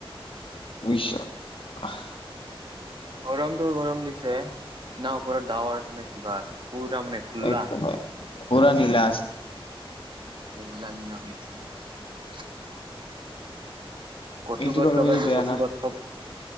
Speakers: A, on the left (about 65°); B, on the right (about 55°).
A: <unintelligible>
B: গৰমতটো গৰম দিছে না ওপৰত ডাৱৰ আছে নে কিবা আছে। পুৰা মানে খোলা
A: একদম পৰা নীলা আছে।
B: <unintelligible> কচু
A: এইটো
B: গছ
A: গৰমে
B: লগাইছে
A: বেয়া
B: কচু
A: না
B: গছ চব